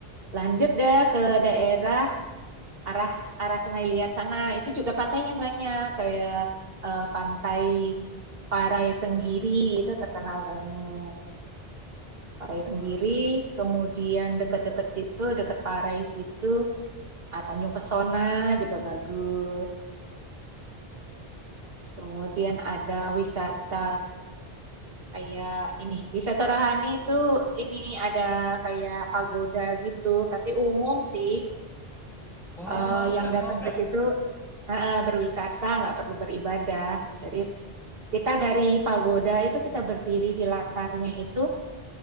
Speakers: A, on the right; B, in the centre.
A: lanjut deh ke daerah arah arah Sungai Liat sana. Itu juga pantainya banyak kayak eh, pantai Parai Tenggiri itu terkenal banget. Parai Tenggiri,
B: Parah.
A: kemudian deket-deket situ, deket Parai situ, ah, Tanjung Pesona juga bagus. Kemudian ada wisata kayak ini, wisata rohani itu ini ada kayak pagoda gitu, tapi umum sih
B: Wow,
A: eh,
B: <laughs> mau, Kak?
A: yang
B: Mau,
A: datang
B: Kak?
A: ke situ eh, eh, berwisata
B: Eh,
A: nggak perlu beribadah.
B: hmm.
A: Dari kita dari pagoda itu kita berdiri di latarnya itu